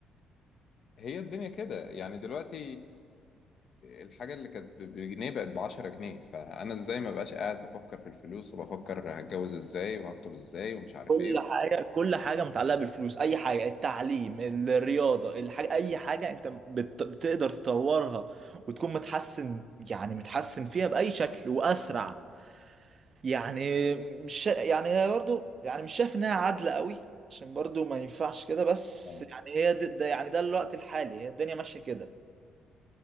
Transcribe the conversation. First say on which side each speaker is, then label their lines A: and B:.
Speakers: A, on the left; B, on the right.
A: <laughs> هي الدنيا كده يعني دلوقتي الحاجة اللي كانت ب- بجنيه بقت بعشرة جنيه فأنا إزاي ما بقاش قاعد بفكر في الفلوس وبفكر هتجوز إزاي وهخطب إزاي ومش عارف
B: كل
A: إيه
B: حاجة كل حاجة متعلقة بالفلوس أي حاجة التعليم الرياضة الحاجة أي حاجة أنت بت... بتقدر تطورها وتكون متحسن يعني متحسن فيها بأي شكل وأسرع يعني مش شا- يعني هي برضو يعني مش شايف انها عادلة قوي عشان برضو ما ينفعش كده بس
A: آه
B: يعني هي ده, ده يعني ده الوقت الحالي هي الدنيا ماشية كده